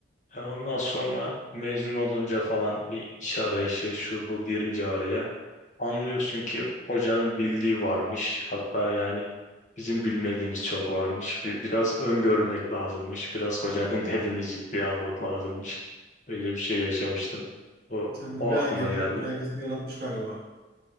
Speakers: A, on the left (about 40°); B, on the right (about 55°).
A: E ondan sonra mezun olunca falan bir iş arayışı şu bu girince araya Anlıyorsun ki hocanın bildiği varmış. Hatta yani bizim bilmediğimiz çok varmış. Bir, biraz öngörmek lazımmış. Biraz hocanın <laughs> dediğini ciddiye almak lazımmış. Öyle bir şey yaşamıştım. O,
B: sen
A: o
B: de bayağı
A: aklıma
B: gelecek
A: geldi.
B: kaygısını yaratmış galiba.